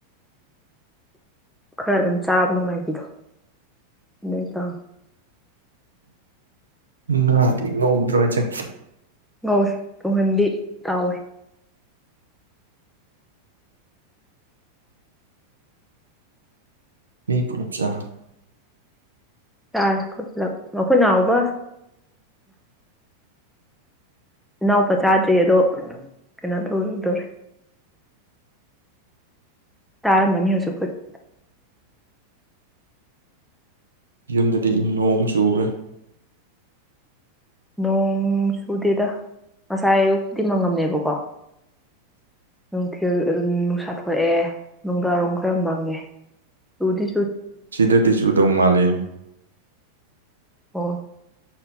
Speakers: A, in the centre; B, on the right (about 70°).
A: ꯈꯔ ꯑꯗꯨꯝ ꯆꯥꯕ ꯅꯨꯡꯉꯥꯏꯕꯤꯗꯣ ꯅꯣꯏ ꯇ
B: ꯉꯥꯗꯤ ꯉꯧꯗ꯭ꯔ‌ꯣ ꯍꯥꯢꯖ‌ꯦ
A: ꯉꯧꯏ ꯇꯨꯡꯍꯟꯕꯤ ꯇꯥꯎꯋꯦ
B: ꯃꯤ ꯄꯨꯂꯞ ꯆꯥ
A: ꯆꯥꯔ‌ꯦ ꯑꯈ‌ꯣꯢ ꯄꯨꯜꯂꯞ ꯑꯩꯈꯣꯏ ꯅꯥꯎꯕ ꯏꯅꯥꯎꯄꯥ ꯆꯥꯗ꯭ꯔꯤ ꯑꯗꯣ ꯀꯩꯅꯣ ꯇꯧꯗ‌ꯣꯔꯦ ꯇꯥꯔꯝꯃꯅꯤ ꯍꯧꯖꯤꯛ ꯄꯨꯗꯤ
B: ꯌꯨꯝꯗꯗꯤ ꯅꯣꯡ ꯆꯨꯔꯦ
A: ꯅꯣꯡ ꯆꯨꯗꯦꯗ ꯉꯁꯥꯏ ꯑꯌꯨꯛꯄꯨꯗꯤ ꯃꯪꯉꯝꯃꯦꯕꯀꯣ ꯅꯨꯡꯊꯤꯜ ꯑꯗꯨꯝ ꯅꯨꯡꯁꯥ ꯊꯣꯛꯣꯛꯑꯦ ꯅꯨꯡꯗꯥꯡꯔꯣꯝ ꯈꯔ ꯃꯪꯉꯦ ꯑꯗꯨꯗꯤ
B: ꯁꯤꯗꯗꯤ ꯆꯨꯗꯧ ꯃꯥꯜꯂꯤꯅꯦ
A: ꯍꯣ